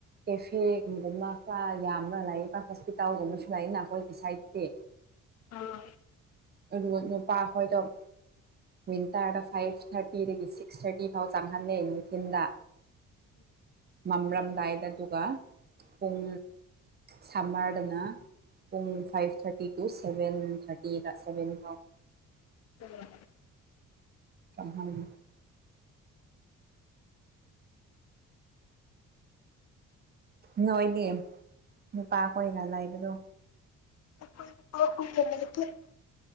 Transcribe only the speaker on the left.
ꯑ
ꯍ <unintelligible>
<unintelligible>